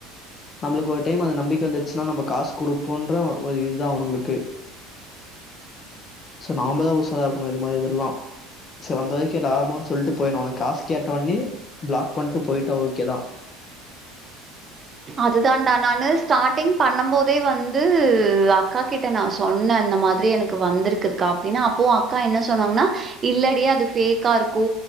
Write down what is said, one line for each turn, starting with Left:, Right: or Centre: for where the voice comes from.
Left: நம்மளுக்கு ஒரு டைம் அந்த நம்பிக்க வந்துச்சுன்னா நம்ம காஸ் குடுப்போன்ற ஒரு இதுதா அவனுங்ளுக்கு சோ நாமதா உசாராருக்கணோ இது மாரி இதெலா சேர் வந்த வரைக்கோ லாபோனு சொல்ட்டு போயினோ அவனுங்க காஸ் கேட்ட உடனே பிளாக் பண்ட்டு போயிட்டா ஓகேதா
Right: அதுதான்டா நானு ஸ்டார்டிங் பண்ணும் போதே வந்து அக்கா கிட்ட நா சொன்ன இந்த மாதிரி எனக்கு வந்திருக்குதுக்கா அப்டினு அப்பாவு அக்கா என்ன சொன்னாங்னா இல்லேடி அது ஃபேக்கா இருக்கோ